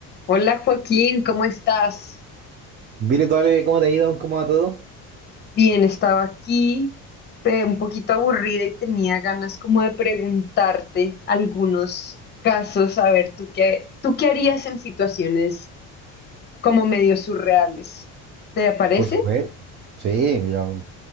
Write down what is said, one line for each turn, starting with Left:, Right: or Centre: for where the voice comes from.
Left: Hola Joaquín, ¿cómo estás?
Right: Vire, Ale, ¿cómo te ha ido? ¿Cómo va todo?
Left: Bien, estaba aquí eh, un poquito aburrida y tenía ganas como de preguntarte algunos casos, a ver, ¿tú qué, tú qué harías en situaciones como medio surreales? ¿Te parece?
Right: Por supuesto.
Left: <gasps>
Right: Sí, yo-